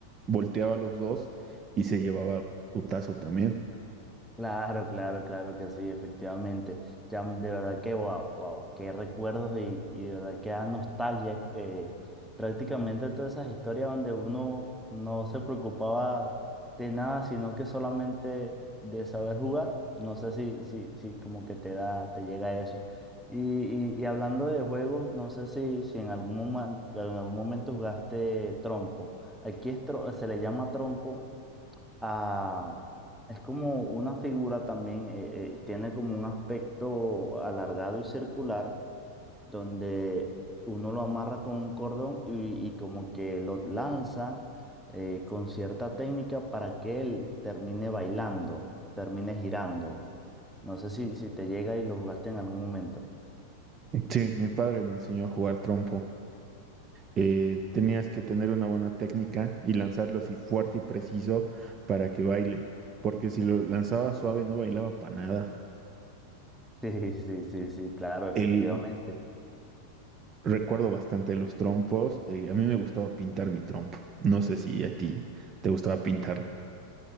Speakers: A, on the right; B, in the centre.
A: volteaba los dos y se llevaba tu tazo también.
B: Claro, claro, claro que sí, efectivamente. Ya, de verdad que wow, wow, qué recuerdos y, y de verdad que da nostalgia. eh, prácticamente todas esas historias donde uno no se preocupaba de nada, sino que solamente de saber jugar. No sé si, si, si como que te da, te llega eso. Y, y, y hablando de juegos, no sé si, si en algún momento, en algún momento jugaste trompo. Aquí es tro- se le llama trompo ah, es como una figura también, eh, eh, tiene como un aspecto alargado y circular, donde uno lo amarra con un cordón y, y como que lo lanza eh, con cierta técnica para que él termine bailando, termine girando. No sé si, si te llega y lo jugaste en algún momento. <laughs>
A: Sí, mi padre me enseñó a jugar trompo. eh, tenías que tener una buena técnica y lanzarlo así fuerte y preciso para que baile, porque si lo lanzaba suave no bailaba para nada.
B: Sí, sí, sí, sí, claro, efectivamente.
A: El, recuerdo bastante los trompos, eh, a mí me gustaba pintar mi trompo, no sé si a ti te gustaba pintar